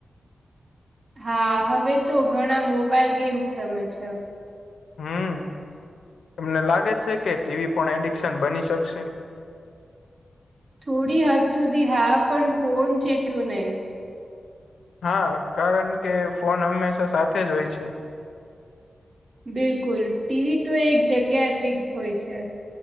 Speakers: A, on the right; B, on the left.
A: હા હવે તો ઘણા મોબાઈલ ગેમ્સ રમે છે.
B: હમ્મ. તમને લાગે છે કે ટી વી પણ એડિક્શન બની શકશે?
A: થોડી હદ સુધી હા પણ ફોન જેટલું એટલું નહી.
B: હા. કારણ કે ફોન હંમેશા સાથે જ હોય છે.
A: બિલકુલ. ટી વી તો એક જગ્યાએ ફિક્સ હોય છે.